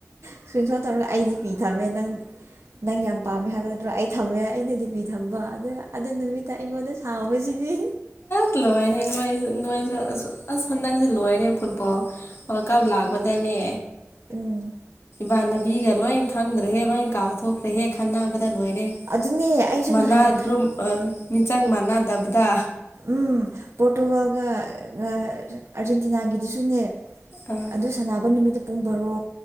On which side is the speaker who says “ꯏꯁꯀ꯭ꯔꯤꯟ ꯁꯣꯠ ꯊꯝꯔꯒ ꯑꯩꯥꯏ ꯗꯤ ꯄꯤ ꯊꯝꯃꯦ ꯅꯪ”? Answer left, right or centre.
Right